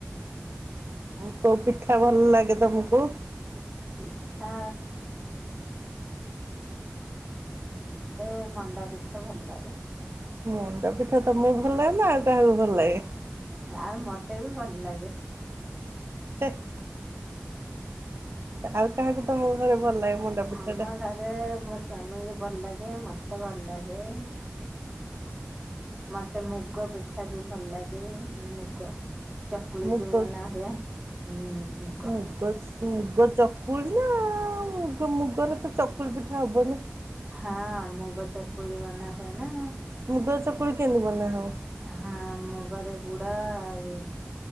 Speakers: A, on the right; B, on the right.
A: ଉ କୋଉ ପିଠା ଭଲ ଲାଗେ ତମକୁ?
B: ଏଛା ମତେ ମଣ୍ଡା ପିଠା ଭଲ ଲାଗେ
A: ମଣ୍ଡା ପିଠା ତମକୁ ଭଲ ଲାଗେ ନା ଆଉ କାହାକୁ ଭଲ ଲାଗେ
B: ଆଉ ମତେ ବି ଭଲ ଲାଗେ।
A: ହେ ଆଉ କାହାକୁ ତମ ଘରେ ଭଲ ଲାଗେ
B: ଆ
A: ମଣ୍ଡା ପିଠା
B: ଆମ
A: ଟା
B: ଘରେ ମୋ ସ୍ଵାମୀଙ୍କୁ ଭଲ ଲାଗେ ମତେ ଭଲ ଲାଗେ ମତେ ମୁଗ ପିଠା ବି ଭଲ ଲାଗେ ଏ ମୁଗ ଚକୁଳି
A: ମୁଗ
B: ଯୋଉ ବନା ହୁଏ ହଁ
A: ମୁଗ ସ ମୁଗ ଚକୁଳି ନା ମୁଗ ମୁଗରେ ତ ଚକୁଳି ପିଠା ହବନି
B: ହଁ ମୁଗ ଚକୁଳି ବନା ହୁଏ ନା
A: ମୁଗ ଚକୁଳି କେମିତି ବନା ହବା
B: ହଁ ମୁଗରେ ବୁଡ ଆଉ